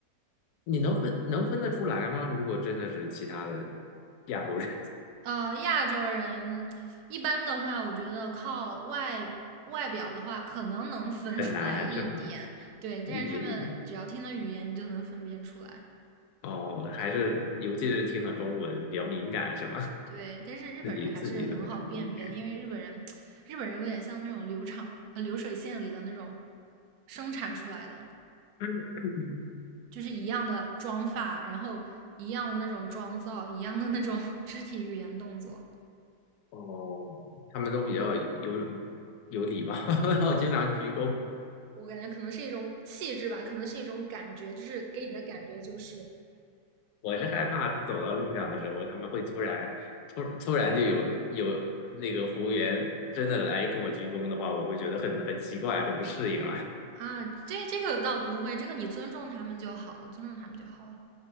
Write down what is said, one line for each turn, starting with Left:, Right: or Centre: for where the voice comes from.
Left: 你能分能分得出来吗？如果真的是其他的亚洲人，
Right: 呃，亚洲人一般的话，我觉得靠外外表的话，可能能分出来一点，
Left: <laughs> 很难是吗？
Right: 对，但是他们只要听的语言，
Left: 一点点。
Right: 你就能分辨出来。
Left: 哦，还是尤其是听了中文比较敏感是吗？
Right: 对，
Left: <laughs>
Right: 但是日本人还是很好辨别的，
Left: 自己自己的会难理解。
Right: 因为日本人，<tsk> 日本人有点像那种流长呃流水线里的那种生产出来的。
Left: 嗯
Right: 就是一样的妆发，然后一样的那种妆造，一样的那种 <laughs> 肢体语言动作
Left: 哦，他们都比较有有礼貌，<laughs> 我经常鞠躬。
Right: 我感觉可能是一种气质吧，可能是一种感觉，就是给你的感觉就是
Left: 我是害怕走到路上的时候，他们会突然突突然就有有那个服务员真的来跟我鞠躬的话，我会觉得很很奇怪，很不适应了。
Right: 啊。这这个倒不会，这个你尊重他们就好了，尊重他们就好了。